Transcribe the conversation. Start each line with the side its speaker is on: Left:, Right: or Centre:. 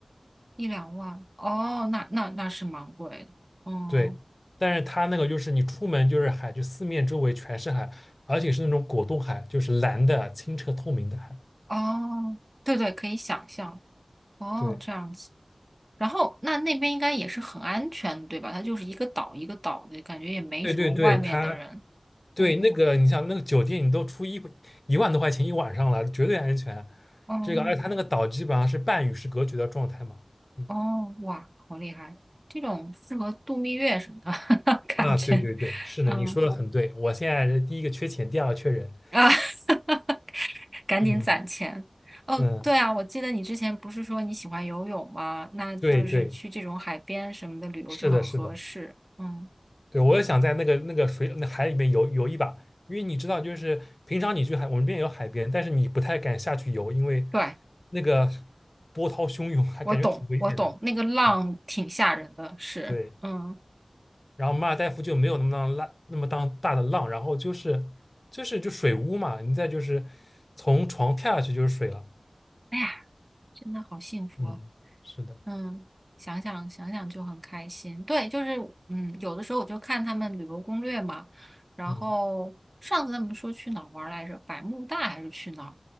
Right: 一两万哦，那那那是蛮贵的。嗯
Left: 对，但是它那个就是你出门就是海，就四面周围全是海，而且是那种果冻海，就是蓝的、清澈透明的海。
Right: 哦，对对，可以想象。哦，
Left: 对，
Right: 这样子。然后那那边应该也是很安全的对吧？它就是一个岛一个岛的，感觉也没什么外面的人。
Left: 对对对，它对那个你想那个酒店，
Right: 嗯，
Left: 你都出一一万多块钱一晚上了，绝对安全。
Right: 哦，
Left: 这个，而且它那个岛基本上是半与世隔绝的状态嘛。嗯
Right: 哦，哇，好厉害！这种适合度蜜月什么的 <laughs> 感觉。
Left: 啊，对对对，是的，
Right: 嗯
Left: 你说的很对。我现在是第一个缺钱，第二个缺人。
Right: 啊，<laughs> 赶紧攒钱。
Left: 嗯
Right: 哦，
Left: 嗯，
Right: 对啊，我记得你之前不是说你喜欢游泳吗？那就是去这种海边什么的旅游就很合适。
Left: 对对，是的，是的。
Right: 嗯，
Left: 对，我也想在那个那个水那海里面游游一把，因为你知道，就是平常你去海，我们这边有海边，但是你不太敢下去游，因为
Right: 对，
Left: 那个波涛汹涌，还感觉挺危险的。
Right: 我懂，我懂，那个浪挺吓人的，
Left: 嗯
Right: 是，
Left: 对，
Right: 嗯。
Left: 然后马尔代夫就没有那么当浪那么当大的浪，然后就是就是就水屋嘛，你再就是从床跳下去就是水了。
Right: 哎呀。真的好幸福啊，
Left: 嗯，是的，
Right: 嗯，想想想想就很开心。对，就是嗯，有的时候我就看他们旅游攻略嘛，然后上次他们说去哪儿玩儿来着，
Left: 嗯，
Right: 百慕大还是去哪儿，